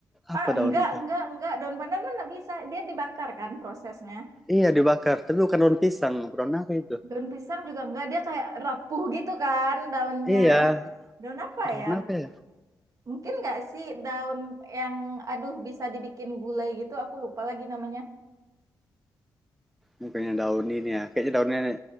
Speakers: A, in the centre; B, on the right.
A: apa
B: ah enggak
A: daun itu
B: enggak enggak daun pandan mana bisa dia dibakar kan prosesnya.
A: iya dibakar tapi bukan daun pisang daun apa itu
B: Daun pisang juga enggak dia kayak rapuh gitu kan daunnya.
A: iya
B: Daun apa
A: daun
B: ya?
A: apa ya
B: Mungkin enggak sih daun yang aduh bisa dibikin gulai gitu aku lupa lagi namanya.
A: mungkinnya daun ini ya kayaknya daunnya